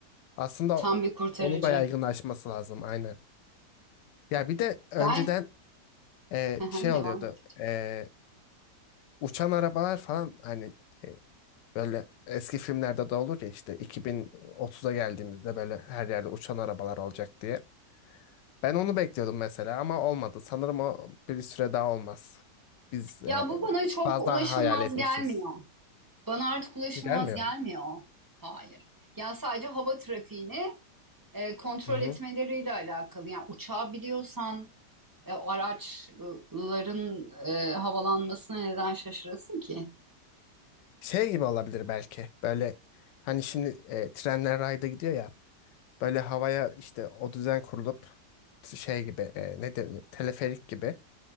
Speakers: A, on the left (about 80°); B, on the right (about 15°).
A: Aslında
B: tam
A: o-
B: bir kurtarıcı.
A: onun da yaygınlaşması lazım aynen. Ya bir de önceden
B: Ben
A: e,
B: <laughs> Hı hı,
A: şey oluyordu.
B: devam et.
A: e, uçan arabalar falan hani e, böyle eski filmlerde de olur ya işte 2030'a geldiğimizde böyle her yerde uçan arabalar olacak diye. Ben onu bekliyordum mesela ama olmadı. Sanırım o bir süre daha olmaz. Biz e,
B: Ya bu bana çok
A: fazla
B: ulaşılmaz
A: hayal etmişiz.
B: gelmiyor. Bana artık ulaşılmaz
A: Gelmiyor
B: gelmiyor.
A: mu?
B: Hayır. Ya sadece hava trafiğini e, kontrol
A: Hı hı.
B: etmeleriyle alakalı. Yani uçağı biliyorsan e, araçların e, havalanmasına neden şaşırasın ki?
A: Şey gibi olabilir belki. Böyle hani şimdi e, trenler rayda gidiyor ya. Böyle havaya işte o düzen kurulup şey gibi e, ne denir teleferik gibi